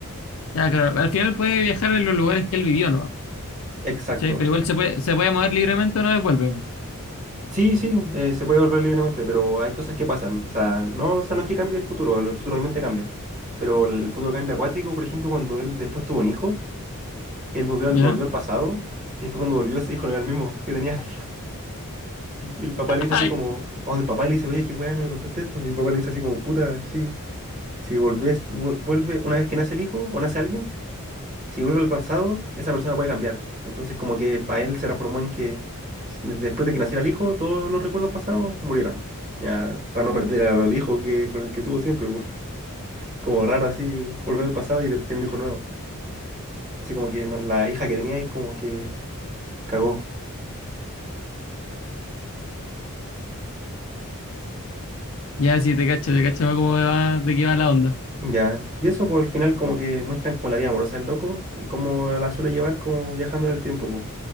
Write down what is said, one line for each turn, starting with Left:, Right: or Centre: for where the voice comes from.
Left: ya, claro. Al final puede viajar en los lugares que él vivió, ¿no?
Right: Exacto.
Left: ¿Cachai? Pero igual se puede, se puede mover libremente una vez vuelve.
Right: Sí, sí, eh, se puede volver libremente, pero hay cosas que pasan. O sea, no, o sea, no es que cambie el futuro, el futuro obviamente cambia. Pero el futuro cambia acuático, por ejemplo, cuando él después tuvo un hijo, él volvió al,
Left: ¿Ya?
Right: volvió al pasado, y después cuando volvió ese hijo no era el mismo que tenía. <laughs> Y el papá
Left: <laughs>
Right: le dice
Left: Ay.
Right: así como, pa' donde el papá y le dice, oye, qué weá, no me contaste esto. Y el papá le dice así como, puta, sí, si volvés, vuel- vuelve una vez que nace el hijo o nace alguien, si vuelve al pasado, esa persona puede cambiar. Entonces, como que para él se transformó en que s- después de que naciera el hijo, todos los recuerdos pasados murieron. Ya, para no perder al al hijo que, con el que tuvo siempre. pues. <laughs> Como raro así, volver al pasado y de- tener un hijo nuevo. Así como que no- la hija que tenía ahí como que cagó.
Left: Ya, sí, te cacho, te cacho cómo va, de qué va la onda.
Right: Ya, y eso por el final como que muestran como la vida amorosa del loco y cómo la suele llevar como viajando en el tiempo, po.